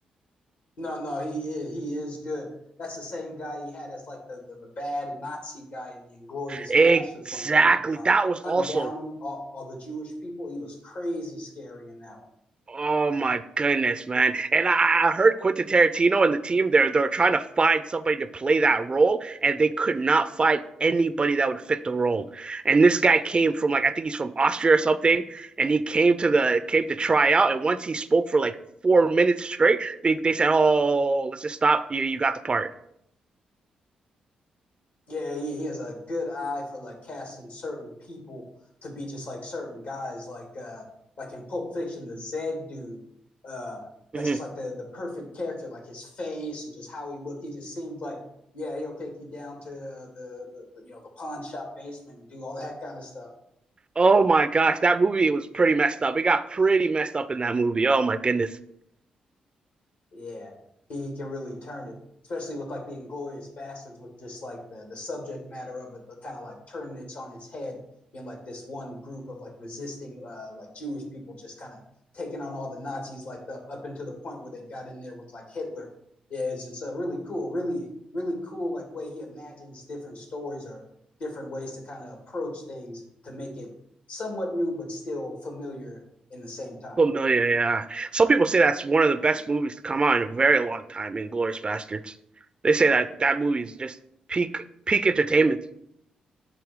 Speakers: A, on the left; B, on the right.
A: No, no, he is he is good. That's the same guy he had as like the the, the bad Nazi guy in the Inglorious
B: exactly
A: Bastards one where he was uh,
B: that was
A: hunting
B: also
A: down them all, all the Jewish people. He was crazy scary in that one.
B: Oh my goodness, man! And I, I heard Quentin Tarantino and the team they are they are trying to find somebody to play that role, and they could not find anybody that would fit the role. And this guy came from like I think he's from Austria or something, and he came to the came to try out. And once he spoke for like four minutes straight, they they said, "Oh, let's just stop. You you got the part."
A: Yeah, he, he has a good eye for like casting certain people to be just like certain guys, like uh like in Pulp Fiction, the Zed dude. Uh that's
B: Mhm.
A: just like the the perfect character, like his face and just how he looked. He just seemed like yeah, he'll take you down to uh, the, the, the you know the pawn shop basement and do all <laughs> that kind of stuff.
B: Oh my gosh, that movie was pretty messed up. It got pretty messed up in that movie. Oh my goodness.
A: yeah, he can really turn it, especially with like the Inglorious Bastards, with just like the the subject matter of it, but kind of like turning it on its head in like this one group of like resisting uh, like Jewish people just kind of taking on all the Nazis like the, up until the point where they got in there with like Hitler. Yeah, it's it's a really cool, really really cool like way he imagines different stories or different ways to kind of approach things to make it somewhat new but still familiar in the same time.
B: Familiar, yeah. Some people say that's one of the best movies to come out in a very long time, Inglourious Bastards. They say that that movie is just peak peak entertainment.